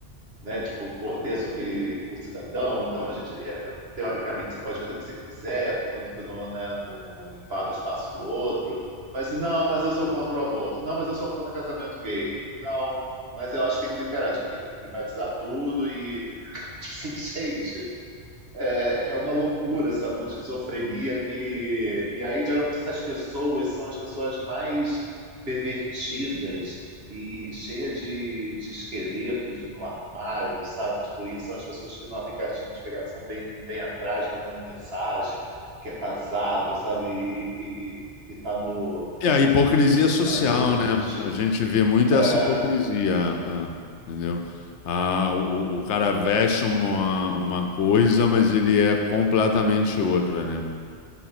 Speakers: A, on the right (about 60°); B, on the left (about 80°).
A: né, tipo poder sobre o cidadão. Então a gente é, teoricamente você pode fazer o que você quiser, portanto que não, né, não invada o espaço do outro. Mas não, mas eu sou contra o aborto. Não, mas eu sou contra casamento gay. Não, mas eu acho que tem que liberar, tipo, tem que privatizar tudo e <laughs> Tipo assim, gente, é, é uma loucura essa mão de esquizofrenia que. E aí, geralmente, essas pessoas são as pessoas mais pervertidas e cheia de, de esqueletos no armário, sabe? Tipo, e são as pessoas que no aplicativo de pegação vêm vêm atrás, mandando mensagem, que é casado, sabe? E, e, e tá no,
B: E a hipocrisia social,
A: tá no,
B: né?
A: no
B: A gente vê muito
A: É,
B: essa hipocrisia, ah, entendeu? Ah, o, o o cara veste uma, uma coisa, mas ele é completamente outra, né?